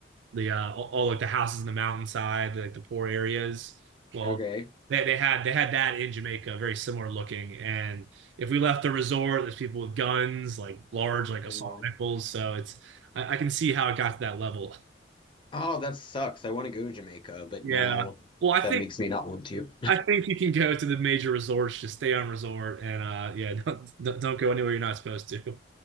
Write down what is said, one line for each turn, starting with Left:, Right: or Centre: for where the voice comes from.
Right: the uh, all, like the houses in the mountainside, like the poor areas. Well,
Left: Okay.
Right: they, they had they had that in Jamaica, very similar looking. And if we left the resort, there's people with guns, like large, like assault
Left: Oh,
Right: rifles. So it's I, I can see how it got to that level.
Left: Oh, that sucks. I want to go to Jamaica, but
Right: Yeah.
Left: now
Right: Well, I
Left: that
Right: think
Left: makes me not want to.
Right: I think you can go to the major resorts, just stay on resort, and uh, yeah, <laughs> don't don't don't go anywhere you're not supposed to.